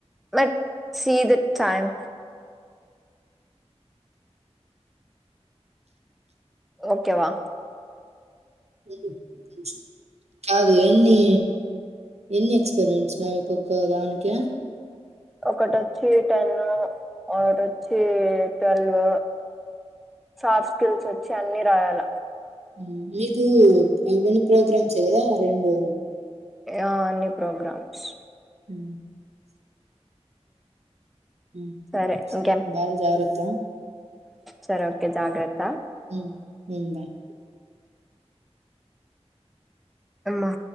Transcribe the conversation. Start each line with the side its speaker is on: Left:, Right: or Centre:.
Centre: బట్ సీ దిట్ టైమ్ ఓకేవా
Right: అ <inaudible> అంచు కాదు ఎన్ని ఎన్ని ఎక్స్పరిమెంట్స్ ఒక్కొక్క దానికే
Centre: ఒకటోచ్చి టెన్ను ఒకటోచ్చి ట్వెల్వ్ సాఫ్ట్ స్కిల్స్ వోచ్చి అన్ని రాయాల
Right: ఉమ్ మీకు ఇవ్వని ప్రోగ్రామ్సే కదా రెండు
Centre: ఆ అన్ని ప్రోగ్రామ్స్
Right: ఉ ఉ
Centre: సరే ఇంకేం
Right: బాయ్ జాగ్రత్త
Centre: సరే ఓకే జాగ్రత్
Right: ఉమ్ ఉమ్ బాయ్
Centre: అమ్మ